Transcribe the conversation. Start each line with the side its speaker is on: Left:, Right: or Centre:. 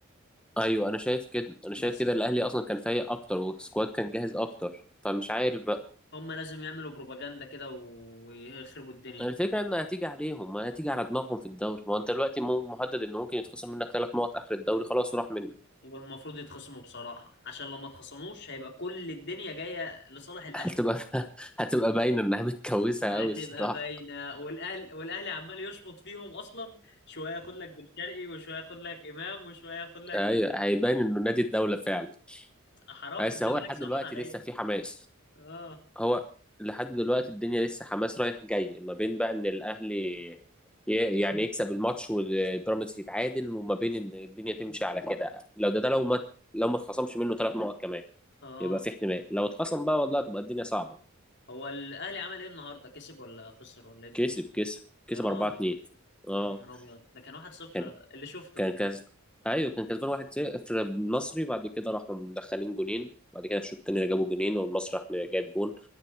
Centre: ايوه انا شايف كده انا
Left: بس
Centre: شايف كده الاهلي اصلا كان فايق اكتر والسكواد كان جاهز اكتر فمش عارف بقى
Left: هم لازم يعملوا بروباجندا كده و- ويخربوا الدنيا
Centre: الفكره ان هتيجي عليهم ما هتيجي على دماغهم في الدوري ما هو انت دلوقتي مو- مهدد ان ممكن يتخصم منك ثلاث نقط اخر الدوري خلاص وراح منك
Left: والمفروض يتخصموا بصراحة عشان لو ما اتخصموش هيبقى كل الدنيا جاية لصالح
Centre: <laughs>
Left: الاهلي
Centre: هتبقى هتبقى باينه انها متكوسه
Left: هتبقى
Centre: قوي الصراحه
Left: باينة والاهلي والاهلي عمال يشمط فيهم اصلا شوية ياخد لك بن شرقي وشوية ياخد لك امام وشوية ياخد لك
Centre: ايوه هيبان انه نادي الدوله فعلا
Left: حرام
Centre: بس
Left: الزمالك
Centre: هو لحد
Left: صعبان
Centre: دلوقتي
Left: عليا
Centre: لسه في حماس
Left: اه
Centre: هو لحد دلوقتي الدنيا لسه حماس رايح جاي ما بين بقى ان الاهلي ي- يعني يكسب الماتش والبيراميدز يتعادل وما بين ان الدنيا تمشي على كده لو ده ده لو ما لو ما اتخصمش منه ثلاث نقط كمان
Left: اه
Centre: يبقى في احتمال لو اتخصم بقى والله تبقى الدنيا صعبه
Left: هو الاهلي عمل ايه النهارده كسب ولا خسر ولا ايه الدنيا
Centre: كسب كسب
Left: يا
Centre: كسب
Left: راجل
Centre: 4 2 اه
Left: يا نهار ابيض ده كان واحد صفر
Centre: كان
Left: اللي شفته
Centre: كان كسب ايوه كان كسبان 1 0 النصري بعد كده راحوا مدخلين جونين بعد كده في الشوط الثاني جابوا جونين والمصري راح جايب جون